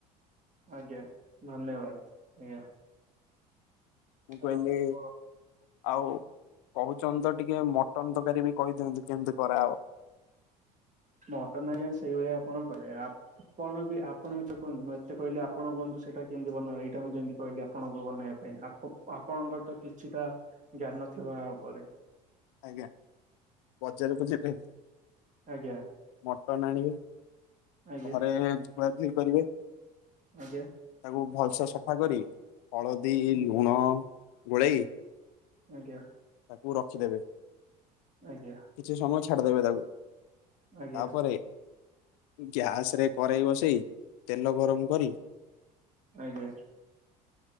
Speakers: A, on the right; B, on the left.
A: ଆଜ୍ଞା ଧନ୍ୟବାଦ ଆଜ୍ଞା।
B: ମୁଁ
A: ତ
B: କହିଲି,
A: ଆପଣ
B: ଆଉ କହୁଛନ୍ତି ତ ଟିକେ ମଟନ ତରକାରୀ ବି କହିଦିଅନ୍ତୁ କେମିତି କରାହବ।
A: ମଟନ ଆଜ୍ଞା ସେଇଭଳିଆ ଆପଣ କରିବେ ଆ ଆପଣ ବି ଆପଣ ତ କୁହନ୍ତୁ, ମୁଁ ଏତେ କହିଲି ଆପଣ କୁହନ୍ତୁ ସେଇଟା କେମିତି ବନେଇବା। ଏଇଟା ମୁଁ ଯେମିତି କହିଲି ଆପଣଙ୍କୁ ବନେଇବା ପାଇଁ ଆ ଆପଣଙ୍କର ତ କିଛିଟା ଜ୍ଞାନ ଥିବ ଉପରେ
B: ଆଜ୍ଞା ବଜାରକୁ ଯିବେ?
A: ଆଜ୍ଞା
B: ମଟନ ଆଣିବେ
A: ଆଜ୍ଞା
B: ଘରେ ଧୁଆ ଧୁଇ କରିବେ।
A: ଆଜ୍ଞା।
B: ତାକୁ ଭଲସେ ସଫା କରି ହଳଦୀ
A: ଆଜ୍ଞା
B: ଲୁଣ ଗୋଳେଇ
A: ଆଜ୍ଞା।
B: ତାକୁ ରଖିଦେବେ।
A: ଆଜ୍ଞା।
B: କିଛି ସମୟ ଛାଡିଦେବେ ତାକୁ
A: ଆଜ୍ଞା
B: ତାପରେ ଗ୍ୟାସ ରେ କରେଇ ବସେଇ ତେଲ ଗରମ କରି
A: ଆଜ୍ଞା।